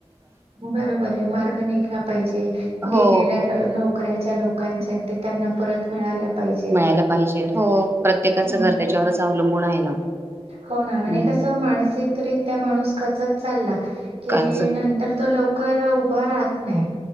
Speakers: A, on the right (about 50°); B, on the right (about 20°).
A: बरोबर आहे मार्ग निघला पाहिजे
B: हो
A: गेलेल्या ल नोकऱ्या लोकांच्या ते त्यांना परत मिळाल्या पाहिजेत
B: मिळायला पाहिजे हो प्रत्येकाचं
A: हम्म.
B: घर त्याच्यावरच अवलंबून आहे ना.
A: हो ना आणि
B: हम्म
A: कसं मानसिकरित्या माणूस खचतं चालला की
B: काच
A: नंतर तो लव कर उभं राहत नाहीं.